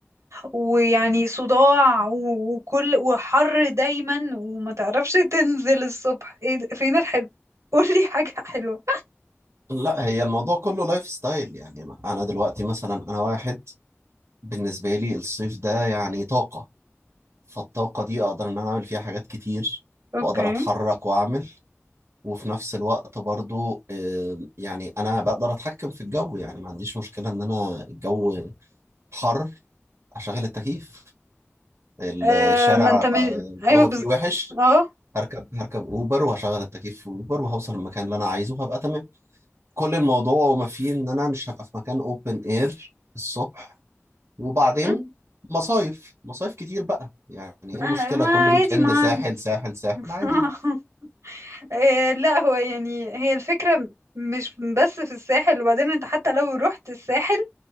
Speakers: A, on the right (about 80°); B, on the right (about 65°).
A: ويعني صداع و- وكل وحر دايما وما تعرفش تنزل الصبح ايه ده؟ فين الحلو <laughs> قولي حاجة حلوة
B: لا هي الموضوع كله لايف ستايل يعني انا دلوقتي مثلا انا واحد بالنسبه لي الصيف ده يعني طاقه فالطاقه دي اقدر ان انا اعمل فيها حاجات كتير
A: اوكي
B: واقدر اتحرك واعمل وفي نفس الوقت برضو آم، يعني انا بقدر اتحكم في الجو يعني ما عنديش مشكله ان انا الجو حر اشغل التكييف الشارع
A: آه ما انت من...
B: الجو
A: ايوه بز...
B: فيه وحش
A: اه
B: هركب هركب اوبر وهشغل التكييف في اوبر وهوصل المكان اللي انا عايزه وهبقى تمام كل الموضوع وما فيه ان انا مش هبقى في مكان اوبن اير الصبح وبعدين
A: م؟
B: مصايف مصايف كتير بقى يعني ايه المشكلة
A: آه، ما
B: كل ويك
A: عادي
B: اند
A: ما
B: ساحل ساحل
A: <laughs>
B: ساحل عادي يعني.
A: إيه لا هو يعني هي الفكرة م- مش بس في الساحل وبعدين انت حتى لو رحت الساحل